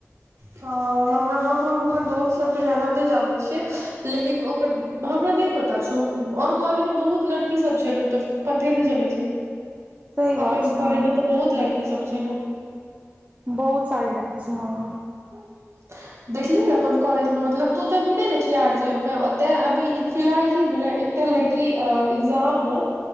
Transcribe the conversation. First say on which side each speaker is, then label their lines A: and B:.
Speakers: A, on the right; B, on the right.
A: हँ हम हम ओकर दोस्त सबके दोस सबके जादा नहि जानै छियै लेकिन ओकर हमरा नहि पता छौ और कॉलेज मे बहुत लड़की सब छै ने त पते ने चलैय छै।
B: सही बात
A: अपन
B: छै हँ
A: कॉलेज मे तऽ बहुत लड़की सब छै ने।
B: बहुत सारी लड़की छै हँ।
A: हू देखली ने अपन कॉलेज मे मतलब तू तऽ अभी नहि न छिही आर जे मे ओते अभी इ फिलहाल की भेले एकटा लड़की अ एग्जामम